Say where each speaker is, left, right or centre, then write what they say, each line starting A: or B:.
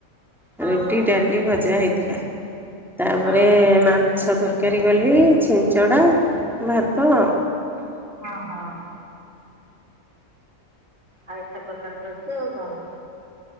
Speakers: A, on the right; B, in the centre.
A: ହଁ
B: ରୁଟି,
A: ହଁ
B: ଡାଲି, ଭଜା ହେଇଥିଲା । ତା'ପରେ
A: ହଁ
B: ମାଛ ତରକାରୀ କଲି, ଛିଞ୍ଚଡ଼ା, ଭାତ ଆଉ।
A: ହଁ, ହଁ। ଆଉ, ଏତେ ପ୍ରକାର କରିଚ ଆଉ କଣ?